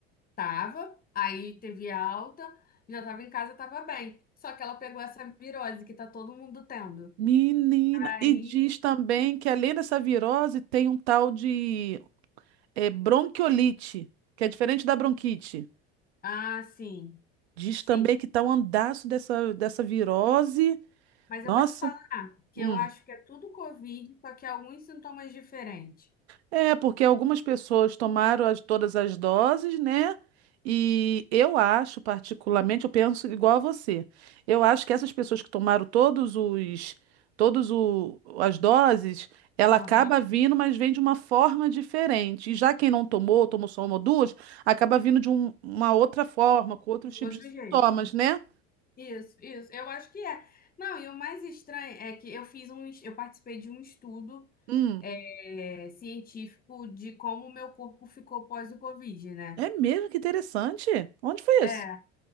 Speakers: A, on the left; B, on the right.
A: Tava, aí teve alta, já tava em casa, tava bem. Só que ela pegou essa virose que tá todo mundo tendo.
B: Menina,
A: Aí.
B: e diz também que além dessa virose tem um tal de eh, bronquiolite, que é diferente da bronquite.
A: Ah, sim,
B: Diz
A: sim.
B: também que tá um andaço dessa, dessa virose.
A: Mas
B: Nossa.
A: eu vou te falar que
B: Hum.
A: eu acho que é tudo Covid, só que é alguns sintomas diferentes.
B: É, porque algumas pessoas tomaram as- todas as doses, né? E eu acho, particularmente, eu penso igual a você. Eu acho que essas pessoas que tomaram todos os, todos o- as doses, ela
A: Aham,
B: acaba vindo, mas vem de uma forma diferente. E já quem não tomou, tomou só uma ou duas, acaba vindo de um- uma outra forma, com outros
A: de
B: tipos
A: outro
B: de sintomas,
A: jeito.
B: né?
A: Isso, isso, eu acho que é. Não, e o mais estranho é que eu fiz um, eu participei de um estudo
B: Hum,
A: é, científico de como o meu corpo ficou pós o Covid, né?
B: é mesmo que interessante. Onde foi
A: É,
B: isso?